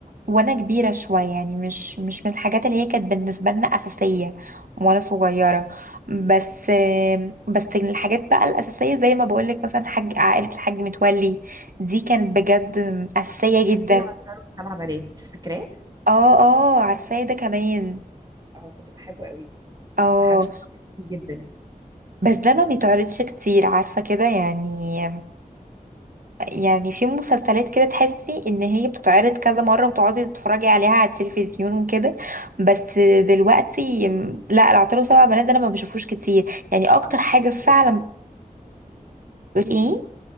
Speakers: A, on the right; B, on the right.
A: وانا كبيره شويه يعني مش مش من الحاجات اللي هي كانت بالنسبه لنا اساسيه وانا صغيره بس بس الحاجات بقى الاساسيه زي ما بقولك مثلا حاج عائله الحاج متولي دي كانت بجد اساسيه
B: كان
A: جدا
B: في العطار والسبع بنات فاكراه
A: اه اه عارفاه ده كمان
B: اه كنت بحبه قوي
A: اه
B: فحبيت الشخص دي جدا
A: بس ده ما بيتعرضش كتير عارفه كده يعني يعني في مسلسلات كده تحسي ان هي بتتعرض كذا مرة وتقعدي تتفرجي عليها على التلفزيون وكده بس دلوقتي م- لا العطار سبع بنات ده انا ما بشوفوش كتير يعني اكتر
B: اه
A: حاجة فعلا
B: يعني
A: ايه